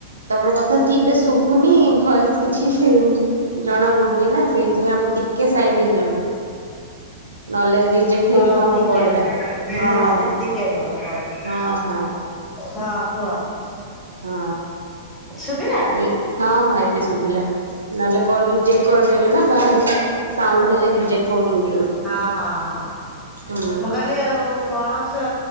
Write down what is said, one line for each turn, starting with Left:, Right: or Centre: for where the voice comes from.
Right: ତମ କଥା ଠିକ ରେ ଶୁଭୁ ଭୁନି ଭଏସ କିଛି ଜଣା ପଡୁନି ନା ସେଇଥିପାଇଁ ଆପଣ ଟିକେ ସାଇଟ ହେଇଯାଆନ୍ତୁ ନହେଲେ ରିଜେକ୍ଟ
Centre: ହଉ
Right: ହେଇଯିବ ଆମ
Centre: ଟିକେ
Right: କଲ
Centre: ରୁହ
Right: ଟା ହଁ
Centre: ନାଇଁ ନାଇଁ ଟିକେ ରୁହ ମୁଁ କରୁ
Right: ହଁ ହଁ
Centre: ହଁ କୁହ।
Right: ହଁ
Centre: ଶୁଭିଲା?
Right: ଏଇ ହଁ ହଁ ଏବେ ଶୁଭିଲା ନହେଲେ କଲ ରିଜେକ୍ଟ କରିଦେବେ ନା ବାହାରୁ ସାଉଣ୍ଡ ହେଲେ ରିଜେକ୍ଟ କରିଦଉଚ
Centre: ହଁ ହଁ ହଁ
Right: ହୁଁ
Centre: ମୁଁ କହିଲି ଆଉ ପଣସ